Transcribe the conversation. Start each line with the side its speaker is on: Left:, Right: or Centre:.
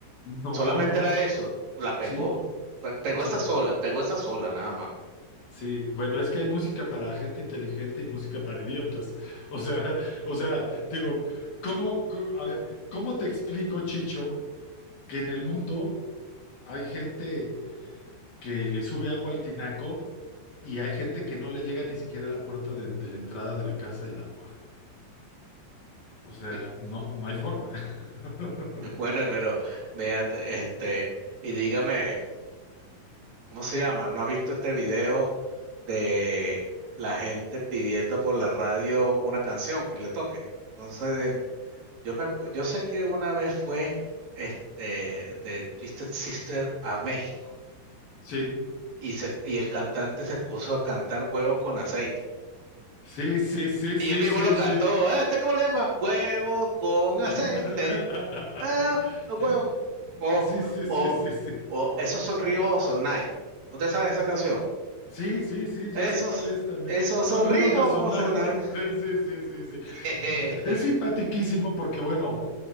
Left: No,
Right: solamente
Left: no,
Right: era eso. La pegó,
Left: sí,
Right: pe- pegó
Left: sí,
Right: esa sola, pegó esa sola nada más.
Left: sí. Bueno, es que hay música para gente inteligente y música para idiotas. O sea, o sea, digo, ¿cómo, cómo- a ver, ¿cómo te explico, Chicho? que en el mundo hay gente que le sube agua al tinaco y hay gente que no le llega ni siquiera a la puerta de, de la entrada de la casa el agua. O sea,
Right: Y-
Left: no, no hay forma. <laughs>
Right: bueno, pero mira, este, y dígame. ¿cómo se llama? ¿No has visto este video de la gente pidiendo por la radio una canción que le toquen? Entonces, yo me acu- yo sé que una vez fue este de Twisted Sister a México
Left: Sí,
Right: y se y el cantante se puso a cantar huevos con aceite.
Left: sí, sí, sí, sí,
Right: Y él mismo
Left: sí,
Right: lo cantó,
Left: sí.
Right: "Eh, ¿este cómo le llama? Huevos con
Left: <laughs>
Right: aceite. eh, huevo. O,
Left: Sí, sí, sí,
Right: o,
Left: sí, sí.
Right: o, esos son ríos son Nike. ¿No te sabes esa canción?
Left: Sí, sí, sí, ya
Right: Esos,
Left: sé cuál es también.
Right: esos
Left: Son
Right: horribos
Left: ribocosonados.
Right: son. ah.
Left: <laughs> Sí, sí, sí, sí, sí.
Right: <laughs>
Left: Es simpatiquísimo porque, bueno,